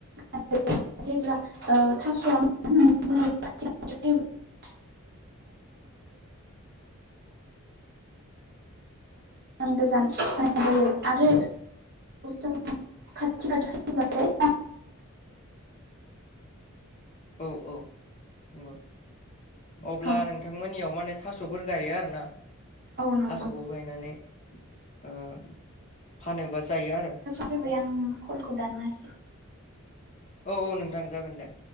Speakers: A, on the right (about 45°); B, on the left (about 30°).
A: <inaudible> जेब्ला ओ थासया <inaudible> <inaudible> <inaudible> गोजान होनाय जायो आरो जों खाथि खाथि होयोब्लाथाय
B: औ औ नंगौ अब्ला
A: औ
B: नों थांमोननियाव माने थास'फोर गायो आरो ना
A: औ नंगौ
B: थास'खौ गायनानै ओ फानोबा जायो आरो
A: फैबाय आं कलखौ दाननासै
B: औ औ नोंथां जागोन दे